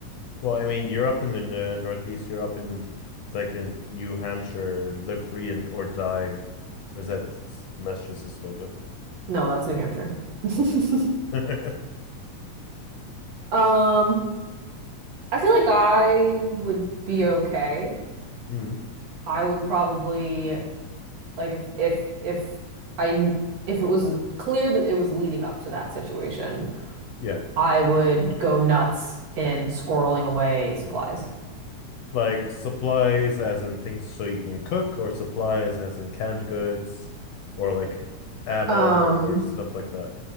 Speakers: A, on the left; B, on the right.
A: Well, I mean, you're up in the n- Northeast. You're up in like in New Hampshire. Live free and or die. Or is that s- Massachusetts logo?
B: No, that's New Hampshire.
A: Okay.
B: <laughs>
A: <laughs>
B: Um, I feel like I would be okay.
A: hmm
B: I would probably Like if if if I kn- if it was clear that it was leading up to that situation,
A: Yeah.
B: I would go nuts in squirreling away supplies.
A: Like supplies as in things so you can cook, or supplies as in canned goods, or like ammo
B: Um,
A: or stuff like that.